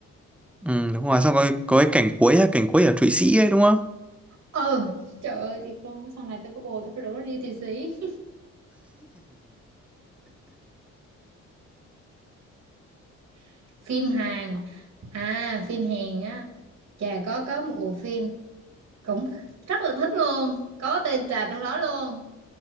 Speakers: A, in the centre; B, on the right (about 60°).
A: ừ đúng rồi xong có, có cái cảnh cuối á, cảnh cuối ở Thụy Sĩ ấy đúng không
B: ừ trời ơi thiệt luôn sau này tôi có bồ tôi phải rủ nó đi thụy sĩ <laughs> phim Hàn à phim Hàn á trà có có một bộ phim cũng rất là thích luôn có tên trà trong đó luôn